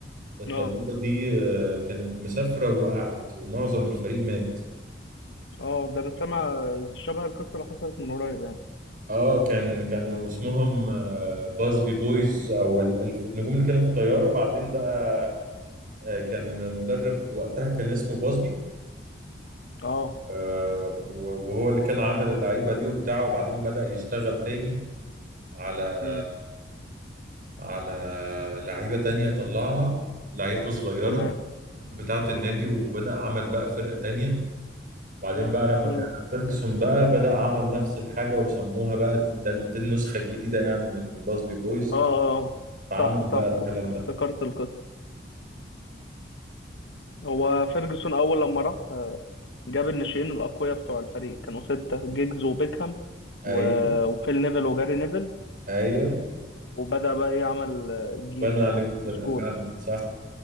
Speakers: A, on the right; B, on the left.
A: الطياره
B: اه
A: دي آه، كانت مسافره ووقعت ومعظم الفريق مات
B: اه ده أنا سامع شبه القصة اللي حصلت من قريب يعني
A: اه كان كانوا اسمهم آه، بازبي بويز او ال- الف- النجوم اللي كانوا في الطياره وبعدين بقى آه، كان المدرب وقتها كان اسمه بازبي
B: اه
A: آه، وهو اللي كان عامل اللعيبة دي وبتاعه وبعدين بدأ يشتغل تاني على
B: مم.
A: على لعيبة تانية يطلعها لعيبة صغيرة
B: تمام
A: بتاعة النادي وبدأ عمل بقى فرقة تانية وبعدين بقى لما
B: مم.
A: جه فيرجسون بقى بدأ عمل نفس الحاجة وسموها بقى دي, ده- دي النسخة الجديدة يعني من باسبي بويز
B: اه اه آه.
A: فعمل
B: صح
A: بقى
B: صح
A: الكلام ده
B: افتكرت القصة هو فيرجسون أول لما راح آه، جاب الناشئين الأقوياء بتوع الفريق كانوا ستة جيجز وبيكهام
A: فأي
B: و... وفيل نيفل وجاري نيفل
A: أيوه
B: وبدأ بقى إيه عمل آه، الجيل
A: بنى
B: ده
A: عليه
B: يعني
A: فرقة
B: وسكولز
A: فعلا صح